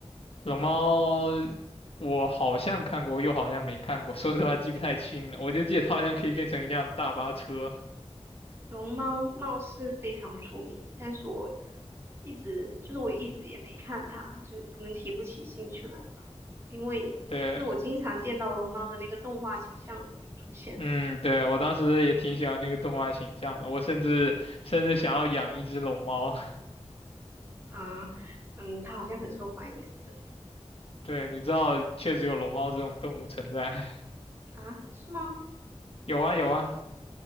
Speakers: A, on the left; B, on the right.
A: 龙猫，我好像看过，又好像没看过，说实话记不太清了，我就记得它好像可以变成一辆大巴车。
B: 龙猫貌似非常出名，但是我一直就是我一直也没看它，就可能提不起兴趣来吧，因为就是我经常见到龙猫的那个动画形象有出现
A: 对，嗯，对，我当时也挺喜欢那个动画形象的，我甚至甚至想要养一只龙猫。<laughs>
B: 啊，嗯，它好像很受欢迎，是真的。
A: 对，你知道确实有龙猫这种动物存在，
B: 啊，是吗？
A: <laughs> 有啊有啊。
B: 好像，